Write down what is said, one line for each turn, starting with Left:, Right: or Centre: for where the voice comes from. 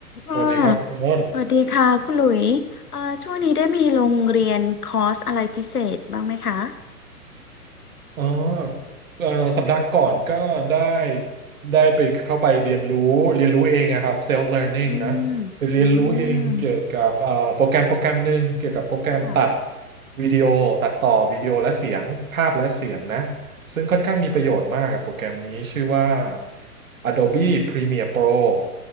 Left: ค่ะ
Right: สวัสดีครับคุณอ้น
Left: สวัสดีค่ะคุณหลุยเอ่อช่วงนี้ได้มีโรงเรียนคอร์สอะไรพิเศษบ้างไหมคะ
Right: อ๋อเอ่อสัปดาห์ก่อนก็ได้ได้ไปเข้าไปเรียนรู้เรียนรู้เองอะครับ self learning
Left: อืม
Right: นะไปเรียนรู้เองเกี่ยวกับเอ่อโปรแกรมโปรแกรมหนึ่งเกี่ยวกับโปรแกรมตัด
Left: อืมค่ะ
Right: วิดีโอตัดต่อวิดีโอและเสียงภาพและเสียงนะ ซึ่งค่อนข้างมีประโยชน์มากกับโปรแกรมนี้ชื่อว่า Adobe Premiere Pro